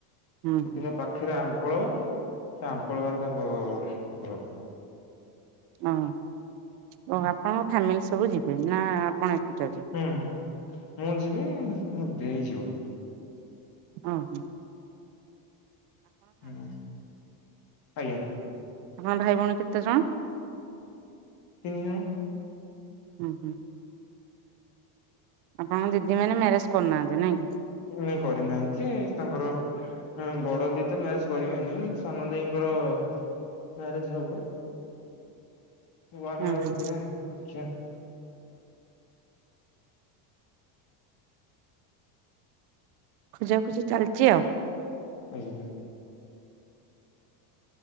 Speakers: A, on the right (about 80°); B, on the left (about 45°).
A: ହୁଁ
B: ସୁକିନ୍ଦା
A: ହୁଁ
B: ପାଖରେ ଆ <unintelligible> ଆମ୍ପଳରା ତାଙ୍କ ଘର।
A: ଓ ହୋ ଆପଣଙ୍କ ଫ୍ୟାମିଲି ସବୁ ଯିବେ ନା ଆପଣ ଏକୁଟିଆ ଯିବେ?
B: ହୁଁ ମୁଁ ଯିବି ମୋ ଦେଇ ଯିବ।
A: ହ ହୋ।
B: ହୁଁ ଆଜ୍ଞା।
A: ହଁ ଭାଇ ଭଉଣୀ କେତେ ଜଣ?
B: ତିନି ଜଣ।
A: ହୁଁ ହୁଁ। ଆପଣଙ୍କ ଦିଦି ମାନେ ମ୍ୟାରେଜ କରୁନାହାନ୍ତି ନାଇଁ କି?
B: ନାଇଁ କରିନାହାନ୍ତି ତାଙ୍କର ହଁ ବଡ ଦିଦି ତ ମ୍ୟାରେଜ କରିବେନି ସାନ ଦେଇଙ୍କର ମ୍ୟାରେଜ ହବ। <unintelligible>
A: ଓହୋ
B: ଦେଖିଆ।
A: ଖୋଜାଖୋଜି ଚାଲିଛି ଆଉ।
B: ଆଜ୍ଞା।